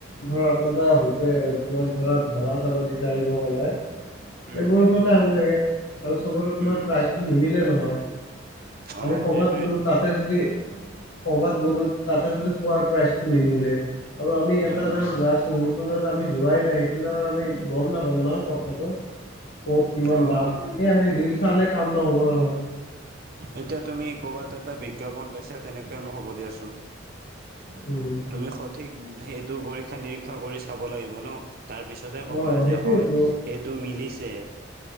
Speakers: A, on the left; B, on the right.
A: ধৰা ক'তবা হোটেল, তোমাৰ ধৰা ধাবা চাবা বিচাৰিব গ'লে
B: উম,
A: এইবোৰো কথা <unintelligible> লাগে আৰু চবৰে তোমাৰ
B: উম,
A: প্ৰাইচটো নিমিলে নহয়।
B: অ',
A: আমি কৰ'বাত
B: সেইটোয়েইটো।
A: গ'লো, তাতে যদি, ক'ৰবাত গ'লো তাতে যদি খোৱাৰ প্ৰাইচটো নিমিলে আৰু আমি
B: উম,
A: এটা জাগাত
B: উম,
A: জাষ্ট <unintelligible> তাত আমি যোৱাই নাই, সেইটো জাগাত আমি গম নাপাম না কথাটো। ক'ত কিমান
B: অ',
A: দাম, এই আমি ৰিল চালে কাম নহ'ব নহয়।
B: এতিয়া তুমি ক'ৰবাত এটা বিজ্ঞাপন পাইছা, তেনেকে নহ'ব দিয়াচোন।
A: উম।
B: তুমি সঠিক সেইটো পৰীক্ষা নিৰীক্ষা কৰি চাব লাগিব ন। তাৰপিছতহে ক'বা
A: অ সেইটোয়েতো
B: যে, হয়। এইটো মিলিছে,